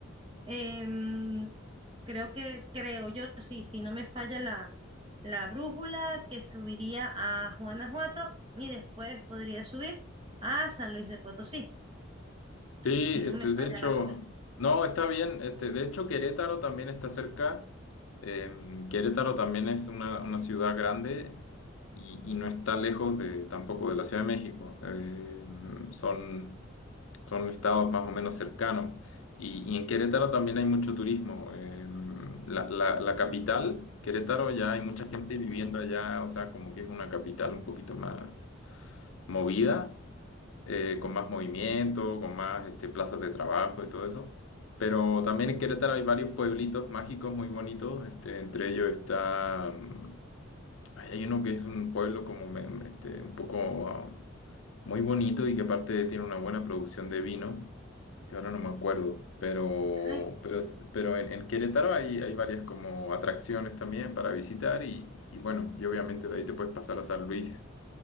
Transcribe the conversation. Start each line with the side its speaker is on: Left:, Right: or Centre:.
Right: Em, creo que, creo yo, sí, si no me falla la, la brújula, que subiría a Guanajuato y después podría subir a San Luis de Potosí,
Left: Sí,
Right: si no
Left: este,
Right: me falla
Left: de hecho,
Right: la brújula.
Left: no, está bien. Este, de hecho, Querétaro también está cerca. Em, Querétaro también es una, una ciudad grande y, y no está lejos de, tampoco de la Ciudad de México. Em, son, son estados más o menos cercanos. Y, y en Querétaro también hay mucho turismo. Em, la, la, la capital, Querétaro, ya hay mucha gente viviendo allá, o sea, como que es una capital un poquito más movida eh, con más movimiento, con más este, plazas de trabajo y todo eso. Pero también en Querétaro hay varios pueblitos mágicos muy bonitos. Este, entre ellos está, mm, ay, hay uno que es un pueblo como me- este, un poco ah, muy bonito y que aparte tiene una buena producción de vino que ahora no me acuerdo, pero,
Right: Ay,
Left: pero, es- pero en, en Querétaro hay, hay varias como atracciones también para visitar y, y bueno, y obviamente de ahí te puedes pasar a San Luis,